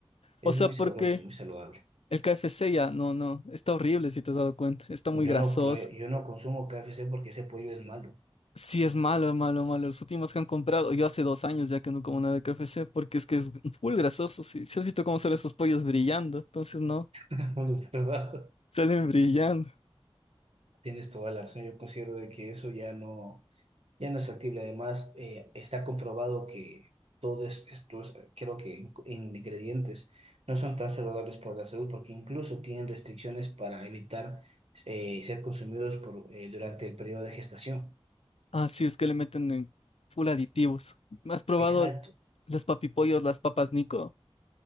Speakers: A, on the right (about 80°); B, on the left (about 80°).
A: Es
B: O sea,
A: muy
B: porque
A: sabroso, muy saludable.
B: el KFC ya, no, no, está horrible si te has dado cuenta, está
A: Yo
B: muy grasoso.
A: no, prue- yo no consumo K F C porque ese pollo es malo.
B: Sí, es malo, malo, malo. Los últimos que han comprado, yo hace dos años ya que no como nada de KFC, porque es que es full grasoso. Si has visto cómo salen esos pollos brillando, entonces no,
A: <laughs> ¿Verdad?
B: salen brillando.
A: Tienes toda la razón, yo considero de que eso ya no. Ya no es factible. Además, eh, está comprobado que todos estos, creo que in- ingredientes, no son tan saludables para la salud porque incluso tienen restricciones para evitar eh, ser consumidos por, eh, durante el periodo de gestación.
B: Ah, sí, es que le meten en full aditivos. ¿Has probado
A: Exacto.
B: las papipollos, las papas Nico?